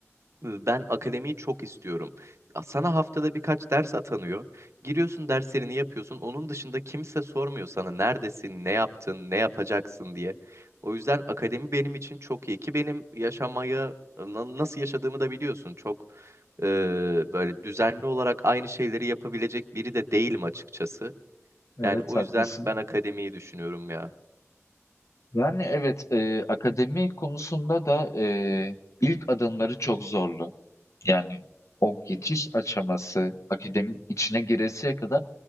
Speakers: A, on the right; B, on the left.
A: e, ben akademiyi çok istiyorum. Sana haftada birkaç ders atanıyor. Giriyorsun derslerini yapıyorsun. Onun dışında kimse sormuyor sana neredesin, ne yaptın, ne yapacaksın diye. O yüzden akademi benim için çok iyi ki benim yaşamayı na- nasıl yaşadığımı da biliyorsun. Çok e, böyle düzenli olarak aynı şeyleri yapabilecek biri de değilim açıkçası.
B: evet
A: Yani o
B: haklısın.
A: yüzden ben akademiyi düşünüyorum ya.
B: Yani evet, eee, akademi konusunda da eee, ilk adımları çok zorlu. Yani o geçiş aşaması, akademinin içine giresiye kadar